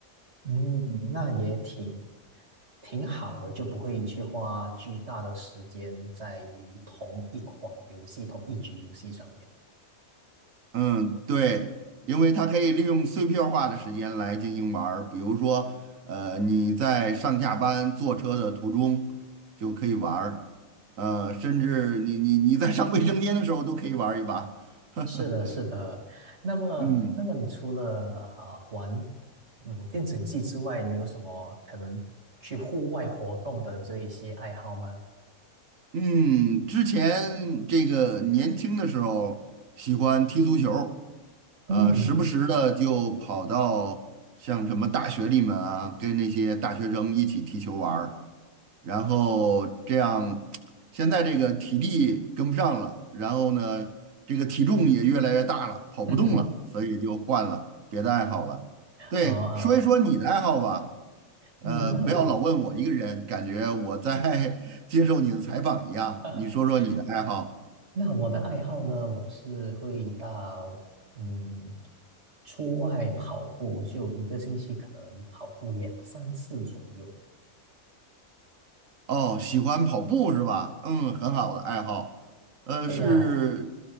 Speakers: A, on the right; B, on the right.
A: 嗯，那也挺挺好的，就不会去花巨大的时间在于同一款游戏、同一局游戏上面。
B: 嗯，对，因为它可以利用碎片化的时间来进行玩儿，比如说，呃，你在上下班坐车的途中就可以玩儿，呃，甚至你你你在上卫生间的时候都可以玩儿一把。<laughs>
A: 是的，是的。那么，
B: 嗯
A: 那么你除了啊、玩嗯电子游戏之外，你有什么可能去户外活动的这一些爱好吗？
B: 嗯，之前这个年轻的时候喜欢踢足球，
A: 嗯，
B: 呃，时不时的就跑到像什么大学里面啊，跟那些大学生一起踢球玩儿，然后这样，现在这个体力跟不上了，然后呢，这个体重也越来越大了，跑不动了，
A: <laughs>
B: 所以就换了别的爱好了。对，
A: 呃，
B: 说一说你的爱好吧，呃，
A: 嗯，那我
B: 不要老问我一个人，感觉我在 <laughs> 接受你的采访一样，
A: <laughs>
B: 你说说你的爱好。
A: 那我的爱好呢，我是会到嗯出外跑步，就一个星期可能跑步两三次左右。
B: 哦，喜欢跑步是吧？嗯，很好的爱好。呃，
A: 对呀，
B: 是，